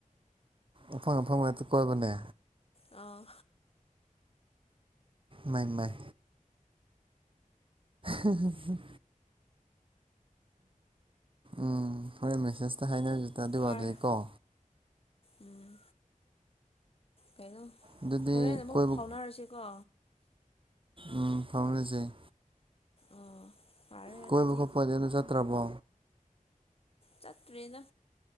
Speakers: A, on the right (about 40°); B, on the left (about 45°).
A: ꯑꯐꯪ ꯑꯐꯪ ꯉꯥꯛꯇ ꯀꯣꯏꯕꯅꯦ
B: ꯑꯥ
A: ꯃꯥꯏ ꯃꯥꯏ ꯎ ꯎꯝ ꯍꯣꯔꯦꯟ ꯃꯦꯁꯦꯖꯇ ꯍꯥꯏꯅꯔꯤꯁꯤꯗ ꯑꯗꯨꯋꯥꯗꯩꯀꯣ
B: ꯐꯔ ꯎꯝ ꯀꯩꯅꯣ
A: ꯑꯗꯨꯗꯤ
B: ꯍꯣꯔꯦꯟ ꯑꯃꯨꯛ
A: ꯀꯣꯏꯕ
B: ꯐꯥꯎꯅꯔꯁꯤꯀꯣ
A: ꯎ ꯐꯥꯎꯅꯖꯩ
B: ꯑꯥ ꯐꯔꯦ
A: ꯀꯣꯏꯕ
B: ꯑꯗꯨꯗꯤ
A: ꯈꯣꯠꯄꯅꯦ ꯑ ꯑꯗꯨ ꯆꯠꯇ꯭ꯔꯕꯣ
B: ꯆꯠꯇ꯭ꯔꯦꯅ